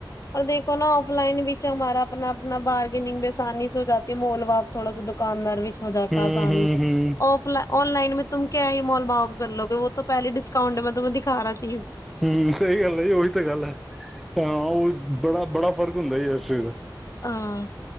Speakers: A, on the left; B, in the centre.
A: ਪਰ ਦੇਖੋ ਨਾ ਔਫਲਾਈਨ ਵਿੱਚ ਹਮਾਰਾ ਆਪਣਾ ਬਾਰਗਿੰਗ ਮੇਂ ਆਸਾਨੀ ਚ ਹੋ ਤੇ ਮੋਲ ਭਾਵ ਥੋੜਾ ਸਾ ਦੁਕਾਨਾਰ ਵਿੱਚ ਹੋ ਜਾਤਾ
B: ਹੂੰ
A: ਆਸਾਨੀ
B: ਹੂੰ
A: <unintelligible>
B: ਹੂੰ
A: ਔਫ ਔਨਲਾਈਨ ਮੈਂ ਤੁਮ ਕਿਆ ਹੀ ਮੋਲ ਭਾਵ ਕਰ ਲੋਗੇ ਵੋ ਤੋਂ ਪਹਿਲੀ ਡਿਸਕਾਊਂਟ ਮੈਂ ਤੂੰਮੈਂ ਦਿਖਾ ਰਿਹਾ ਚੀਜ਼।
B: ਹਮ। ਸਹੀ ਗੱਲ ਹੈ ਜੀ ਉਹੀ ਤਾਂ ਗੱਲ ਹੈ ਹਾਂ ਉਹ ਬੜਾ-ਬੜਾ ਫਰਕ ਹੁੰਦਾ ਜੀ ਇਸ ਚੀਜ਼ ਦਾ।
A: ਹਾਂ